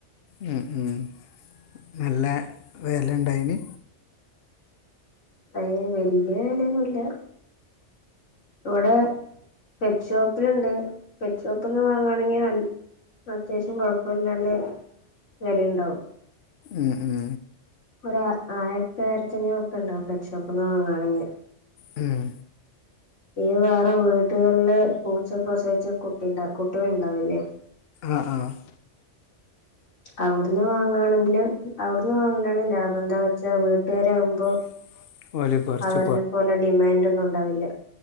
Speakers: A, on the left; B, on the left.
A: ഹ്മ് ഹ്മ് നല്ല വെല ഇണ്ടായ്ന്.
B: അയ് വല്ല്യ വെലൊന്നുല്ല ഇവടെ. പെറ്റ് ഷോപ്പിൽണ്ട് പെറ്റ് ഷോപ്പ്ന്ന് വാങ്ങാണെങ്കി നല്ല. അത്യാവ്ശ്യം കൊഴപ്പല്ലാണ്ട് വെലയിണ്ടാവും.
A: മ് ഹും
B: ഒര് ആയിരത്തി ആയിരത്തഞ്ഞൂറുപ്പ്യണ്ടാവും പെറ്റ്ഷോപ്പ്ന്ന് വാങ്ങാണെങ്കി.
A: മഹ്
B: ഈ വേറെ വീടുകളില് പൂച്ച പ്രസവിച്ച കുട്ടിണ്ട കുട്ടികള്ണ്ടാവില്ലേ.
A: ആഹ് ആഹ്.
B: അവിടുന്ന് വാങ്ങാണെങ്കില് അവിടുന്ന് വാങ്ങലാണ് ലാഭം എന്താ വെച്ചാ വീട്ടുകാരാവുമ്പോ.
A: <inaudible> കുറച്ച്
B: അവരിനെ പോലെ ഡിമാന്റൊന്നും ഉണ്ടാവില്ല.